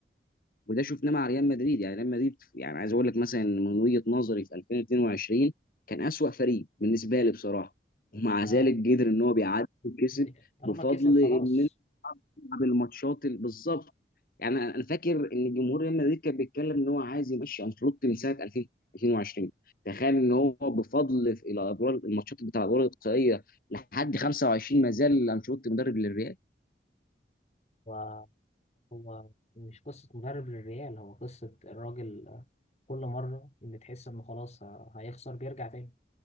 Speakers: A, on the left; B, on the left.
A: وده شفناه مع ريال مدريد يعني ريال مدريد يعني عايز اقول لك مثلا إن من وجهة نظري في 2022 كان أسوأ فريق بالنسبة لي بصراحة ومع
B: ما
A: ذلك قدر ان هو بيعدي وكسب
B: ب- طالما
A: بفضل
B: كسب خلاص
A: ان انت تلعب الماتشات ال- بالظبط يعني انا أنا فاكر ان جمهور ريال مدريد كان بيتكلم ان هو عايز يمشي انشيلوتي من سنة 2022 تخيل ان هو بفضل في الادوار الماتشات بتاع الادوار الاقصائية لحد 25 ما زال انشيلوتي مدرب للريال
B: هو هو مش قصة مدرب للريال هو قصة الراجل آه، كل مرة بتحس انه خلاص آه، هيخسر بيرجع تاني